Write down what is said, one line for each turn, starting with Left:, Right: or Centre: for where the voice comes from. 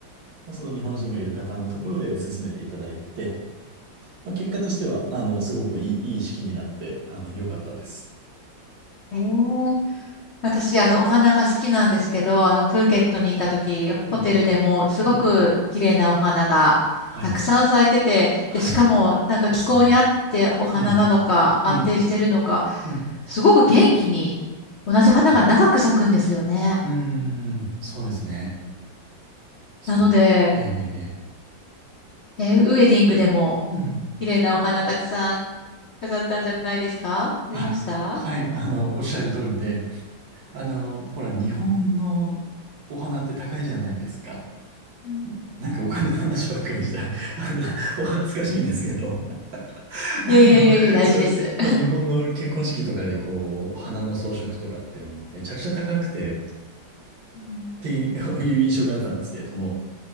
Right: まあその日本人がいる方のところで進めていただいて、まあ、結果としては、あの、すごくいい、いい式になって、あの、良かったです。
Left: えー私、あの、お花が好きなんですけど、あの、プーケットにいた時、ホテルでもすごく綺麗なお花がたくさん咲いてて、
Right: うん、うん、はい。はい。
Left: で、しかも、なんか気候に合ってお花なのか、
Right: うん。うん、
Left: 安定してるのか、
Right: うん、うん、
Left: すごく元気に同じ花が長く咲くんですよね。
Right: そう。うーん。そうですね。そう。
Left: なので、
Right: ええ、ええ、
Left: えーウエディングでも
Right: ええうん。
Left: 綺麗なお花たくさん飾ったんじゃないですかありました
Right: あ、はい、あの、おっしゃる通りで、あの、ほら、日本のお花って高いじゃないですか。
Left: うん
Right: なんかお金の話ばっかりした。<laughs> あのお恥ずかしいんですけど。あのそう、
Left: いやいやいやいや、大事です。
Right: まあ日本の結婚式とかでこう、花の装飾とかってもうめちゃくちゃ高くてっ
Left: うん
Right: ていう印象があったんですけれども、